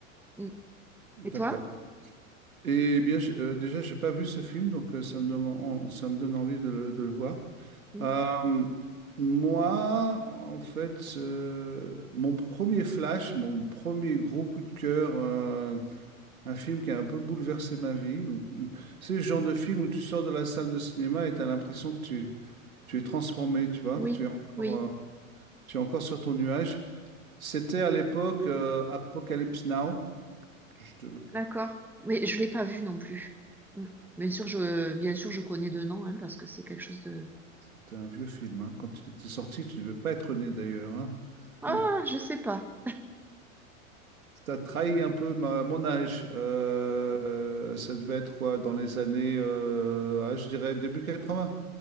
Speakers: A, in the centre; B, on the right.
A: Mm. Et toi?
B: D'accord. Eh bien, j'ai- euh, déjà, j'ai pas vu ce film, donc euh, ça me donne, en- ça me donne envie de le, de le voir.
A: Mm.
B: Euh, moi, en fait, euh, mon premier flash, mon premier gros coup de cœur, euh, un film qui a un peu bouleversé ma vie. où- où- C'est le genre de film où tu sors de la salle de cinéma et tu as l'impression que tu Tu es transformé, tu vois.
A: Oui,
B: Tu es encore,
A: oui,
B: euh, tu es encore sur ton nuage. C'était à l'époque euh, Apocalypse Now. Je devais-
A: d'accord. Mais je l'ai pas vu non plus. Mm. Bien sûr, je, bien sûr, je connais de nom, hein, parce que c'est quelque chose de...
B: C'était un vieux film. hein. Quand il était sorti, tu ne devais pas être né d'ailleurs. hein.
A: Ah,
B: Donc,
A: je sais pas.
B: ça trahit un peu ma- mon âge. Euh, euh, ça devait être quoi dans les années, euh, ah, je dirais début 80.